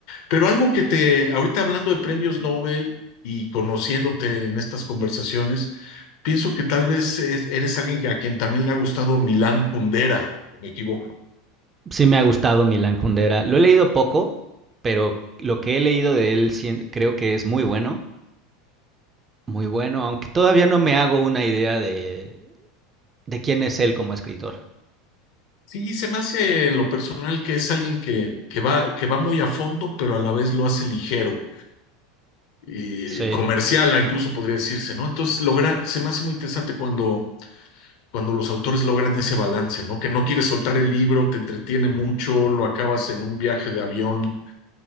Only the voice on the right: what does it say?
Sí me ha gustado Milan Kundera. Lo he leído poco, pero lo que he leído de él sien- creo que es muy bueno, muy bueno, aunque todavía no me hago una idea de, de quién es él como escritor.
Sí,